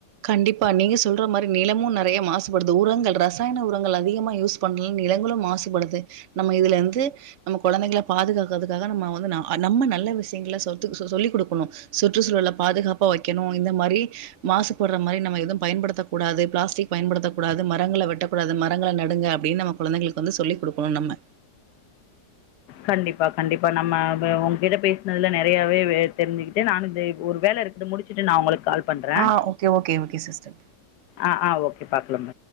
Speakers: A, on the right (about 55°); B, on the left (about 75°).
A: கண்டிப்பா நீங்க சொல்ற மாரி நிலமும் நறைய மாசுபடுது உரங்கள் ரசாயன உரங்கள் அதிகமா யூஸ் பண்ல நிலங்களும் மாசுபடுது நம்ம இதுல இருந்து நம்ம கொழந்தைகள பாதுகாக்கறதுக்காக நம்ம வந்து நம்ம நல்ல விஷயங்கல சொத் சொல்லிக் கொடுக்கணும் சுற்றுச்சூழல பாதுகாப்பா வெக்கணு இந்த மாரி மாசு போடுற மாரி நம்ம எதும் பயபடுத்தகூடாது பிளாஸ்டிக் பயன்படுத்தக் கூடாது மரங்கள வெட்டக்கூடாது மரங்கள நடுங்க அப்டின்னு நம கொழந்தைங்களுக்கு வந்து சொல்லி கொடுக்கணு நம்ம
B: கண்டிப்பா கண்டிப்பா நம்ம உங்ககிட்ட பேசினதுல நெறையாவே தெரிஞ்சுக்கிட்டேன் நானும் இ ஒரு வேல இருக்கு அது முடிச்சுட்டு நான் உங்களுக்கு கால் பண்ணுறேன்
A: ஆ ஓகே ஓகே ஓகே சிஸ்டர்
B: ஆ ஆ ஓகே பாக்கலாம்